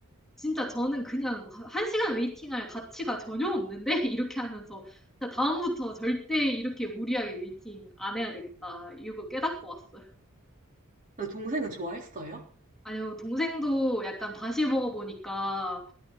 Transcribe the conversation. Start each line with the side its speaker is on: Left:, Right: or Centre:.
Centre: 진짜 저는 그냥 한 시간 웨이팅할 가치가 전혀 없는데 <laughs> 이렇게 하면서 진짜 다음부터 절대 이렇게 무리하게 웨이팅 안 해야 되겠다. 이거 깨닫고 왔어요.
Right: 근데 동생은 좋아했어요?
Centre: 아니요, 동생도 약간 다시 먹어보니까,